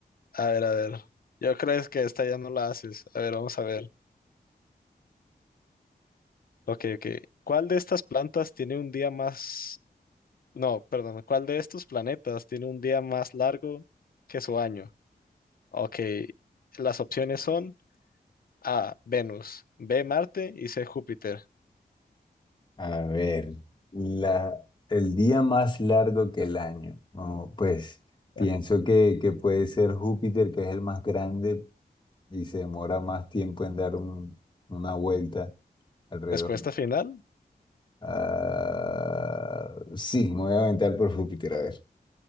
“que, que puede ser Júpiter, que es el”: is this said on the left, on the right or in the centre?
Left